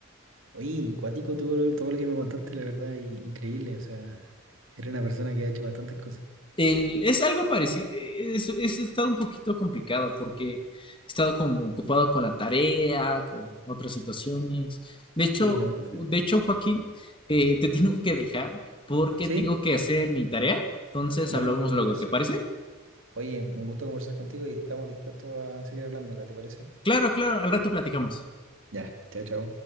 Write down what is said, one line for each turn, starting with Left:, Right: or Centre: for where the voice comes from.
Right: Oye, cuático todo lo, todo lo que me contaste, la verdad, y increíble. O sea, eres una persona que ha hecho bastantes cosas.
Left: El, es algo parecido, es, es estado un poquito complicado porque he estado como ocupado con la tarea, con otras situaciones. De hecho,
Right: Sí, no, totalmente.
Left: de hecho, Joaquín, eh, te <laughs> tengo que dejar porque
Right: Sí,
Left: tengo que hacer mi tarea. Entonces
Right: bueno,
Left: hablamos
Right: no te preocupes.
Left: luego, ¿te parece?
Right: Oye, un gusto conversar contigo y estamos dispuestos a seguir hablando acá, ¿te parece?
Left: Claro, claro, al rato platicamos.
Right: Ya, chao, chao.